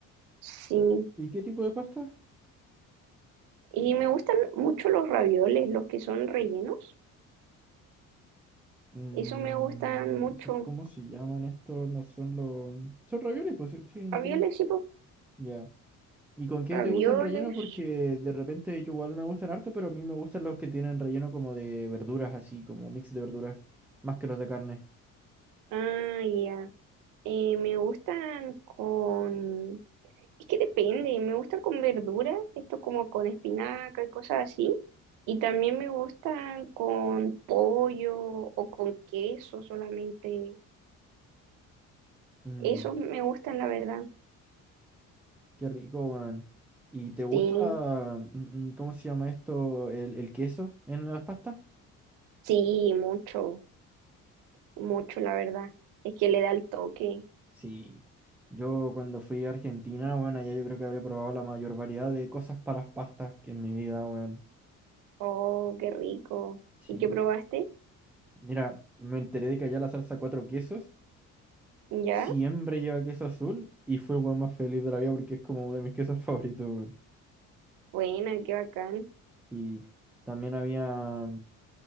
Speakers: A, on the right (about 85°); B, in the centre.
A: Sí.
B: ¿Y qué tipo de pasta?
A: Y me gustan mucho los ravioles, los que son rellenos.
B: Mm,
A: Eso me gustan mucho.
B: so- ¿cómo se llaman estos? No son los... Son ravioles, pues sí, sí, no
A: Ravioles,
B: tienen otro.
A: sí, pues.
B: Ya. ¿Y con qué
A: Ravioles.
B: te gustan relleno? Porque de repente yo igual me gustan harto, pero a mí me gustan los que tienen relleno como de verduras, así como mix de verduras, más que los de carne.
A: Ah, ya. Eh, me gustan con... Es que depende, me gustan con verdura, esto como con espinaca y cosas así. Y también me gustan con pollo o con queso solamente.
B: Mm,
A: Esos me gustan, la verdad.
B: qué rico, weón. ¿Y te gusta,
A: Sí,
B: mm, mm, cómo se llama esto, el, el queso en las pastas?
A: sí, mucho, mucho, la verdad. Es que le da el toque.
B: Sí, yo cuando fui a Argentina, bueno, allá yo creo que habré probado la mayor variedad de cosas para las pastas que en mi vida, bueno,
A: Oh, qué rico.
B: sí.
A: ¿Y qué probaste?
B: Mira, me enteré de que allá la salsa cuatro quesos
A: ¿Ya?
B: siempre lleva queso azul y fue el weón más feliz de la vida porque es como de mis quesos <laughs> favoritos, weón.
A: Buena, qué bacán,
B: Y también había